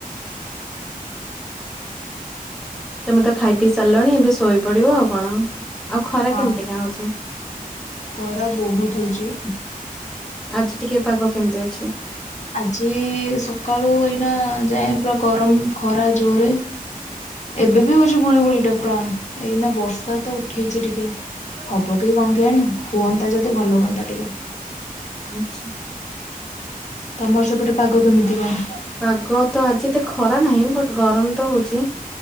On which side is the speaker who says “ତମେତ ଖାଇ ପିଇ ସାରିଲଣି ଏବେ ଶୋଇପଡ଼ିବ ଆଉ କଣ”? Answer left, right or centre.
Centre